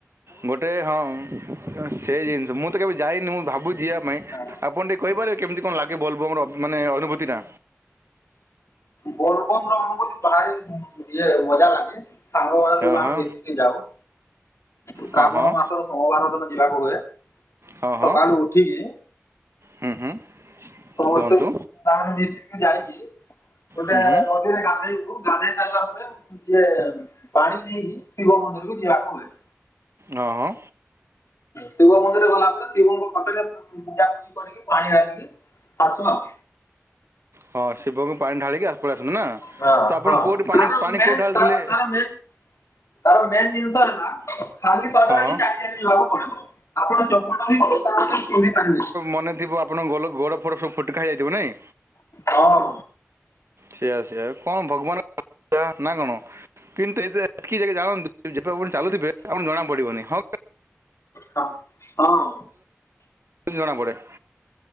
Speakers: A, on the right; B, on the left.
A: ଗୋଟେ ହଁ ସେ ଜିନିଷ ମୁଁ କେବେ ଯାଇନି ମୁଁ ଭାବୁ ଯିବା ପାଇଁ
B: ପଡେ।
A: ଆପଣ ଟିକେ କହିପାରିବେ କେମିତି କଣ ଲାଗେ ବୋଲବମ ର ମାନେ ଅନୁଭୂତିଟା?
B: ବୋଲବମ୍ ଅନୁଭୂତି ଭାରି ଇଏ ମଜା ଲାଗେ ସାଙ୍ଗ ମାନେ ଆମେ
A: ହଁ
B: ସବୁ
A: ହଁ
B: ମିଶିକି ଯାଉ। ଶ୍ରାବଣ
A: ହଁ ହଁ
B: ମାସର ସୋମବାର ଦିନ ଯିବାକୁ ହୁଏ
A: ହଁ ହଁ
B: ସକାଳୁ ଉଠିକି।
A: ହୁଁ ହୁଁ।
B: ସମସ୍ତେ
A: କୁହନ୍ତୁ
B: ତାହଲେ ମିଶିକି ଯାଇକି ଗୋଟେ
A: ହୁଁ ହୁଁ
B: ନଦୀରେ ଗାଧୋଇବୁ ଗାଧୋଇ ସାରିଲା ପରେ। ଇଏ ପାଣି ନେଇକି ଶିବ ମନ୍ଦିରକୁ ଯିବାକୁ ହୁଏ।
A: ହଁ ହଁ।
B: ଶିବ ମନ୍ଦିର ଗଲା ପରେ ଶିବଙ୍କ ପାଖରେ ପୂଜାପୂଜି କରିକି ପାଣି ଡାଲିକି ଆସୁ ଆଉ।
A: ହଁ ଶିବଙ୍କୁ ପାଣି ଢାଳିକି ପଳି ଆସନ୍ତୁ ନା।
B: ହଁ
A: ତ ଆପଣ
B: ହଁ
A: କେଉଁଠି ପାଣି
B: ତାର
A: ପାଣି
B: ମେନ
A: କେଉଁଠି ଢାଳିଥିଲେ
B: ତାର ତାର ମେନ ତାର ମେନ ଜିନିଷ ହେଲା ଖାଲି ପଦରେ
A: ହଁ ହଁ
B: ହିଁ ଚାଲି ଚାଲି ଯିବାକୁ ପଡିବ। ଆପଣ ଚପଣ ବି <inaudible> ତା ରପାରିବେ।
A: ମନେଥିବ ଆପଣ ଗୋଲ ଗୋଡ଼ ଫୋଡ଼ ସବୁ ଫଟକା ହଇଯାଇଥିବ ନାହିଁ।
B: ହଁ।
A: ସେଇଆ ସେଆ କଣ ଭଗବାନ ନା କଣ କିନ୍ତୁ ଏ ଆଟକି ଜାଗ ଜଣନ୍ତୁ ଚାଲୁିବ ଜଣା ପିବନି ହଉ
B: ହଁ ହଁ।
A: କିଛି ଜଣା ପଡେନି।